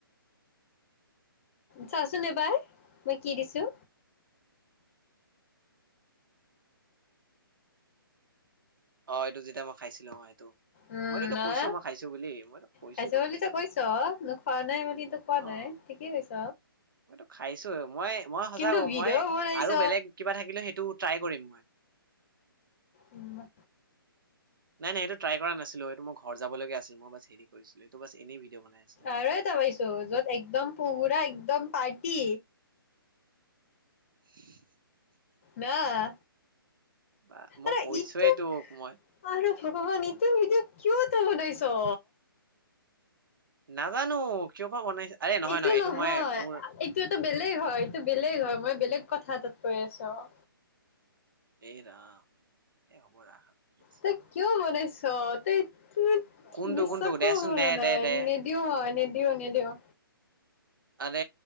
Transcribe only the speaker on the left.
চাচোন এবাৰ মই কি দিছোঁ।
উম
আহ
খাইছ
তই
কৈছ খোৱা নাই বুলি তো কোৱা
নাই ঠিকেই কৈছ
কিন্তু
ভিডিঅ'
বনাইছ
উম।
আৰু এটা পাইছোঁ য'ত একদম পুৰা একদম পাৰ্ট। কি?
নাহ।
আৰু
ইটো!
আৰু ভগৱান ইটো ভিডিঅ' কিয়? ত‌ই বনাইছ।
এইটো নহয়
এইটো এটা বেলেগ হয় এইটো বেলেগ হয় মই বেলেগ। কথা এটাত কৈ আছোঁ অ'।
তই কিয় বনাইছ? চ তেইত। টুইট,
বিশ্বাস
কৰিব পৰা
নাই,
নিদিওঁ ম‌ই নিদিও, নিদিওঁ।